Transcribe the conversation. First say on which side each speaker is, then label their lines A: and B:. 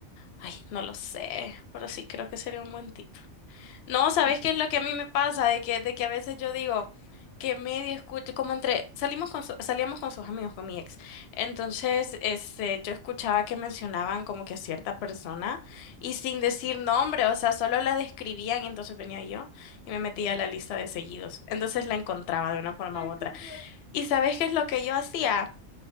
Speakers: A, on the left; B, in the centre.
A: ay, no lo sé, pero sí creo que sería un buen tip. No, ¿sabes
B: Pero sí,
A: qué es lo que a mí me pasa? De que, de que a veces yo digo que medio escucho, como entre, salimos con su- salíamos con sus amigos, con mi ex. Entonces, este, yo escuchaba que mencionaban como que a cierta persona y sin decir nombre, o sea, solo la describían y entonces venía yo y me metía a la lista de seguidos. Entonces la encontraba de una forma
B: la
A: u
B: encontré.
A: otra. ¿Y sabes qué es lo que yo hacía?